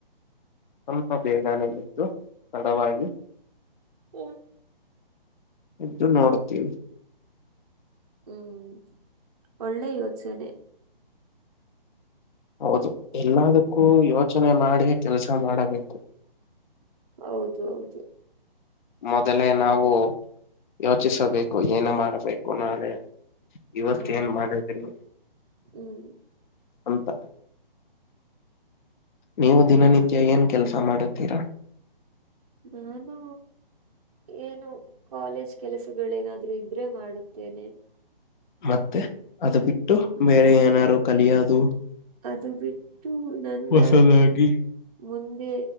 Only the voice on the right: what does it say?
ಹ್ಮ್ ಹ್ಮ್
ಹ್ಮ್ ಒಳ್ಳೆ ಯೋಚನೆ
ಹೌದು ಹೌದು
ಹೌದು
ಹ್ಮ್
ನಾನು ಏನು ಕಾಲೇಜ್ ಕೆಲಸಗಳೇನಾದ್ರು ಇದ್ರೆ ಮಾಡುತ್ತೆ ಸನೆಿ
ಅದು ಬಿಟ್ಟು ನನ್ನ
ಮುಂದೆ